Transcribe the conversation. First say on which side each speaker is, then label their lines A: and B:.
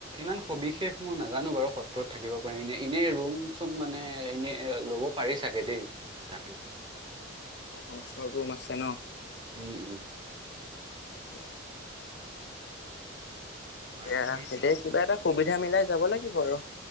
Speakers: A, on the right (about 25°); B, on the left (about 55°).
A: ইমান সবিশেষ মই নাজানোঁ বাৰু সত্ৰত থাকিব পাৰি। এনে, এনেই ৰুম চুম মানে, এনে ল'ব পাৰি চাগে দেই তাতো।
B: অ'! ওচৰত ৰুম আছে ন'?
A: উম উম
B: উ
A: বাকী
B: এয়া এতিয়া কিবা এটা সুবিধা এতিয়া মিলাই যাব লাগিব আৰু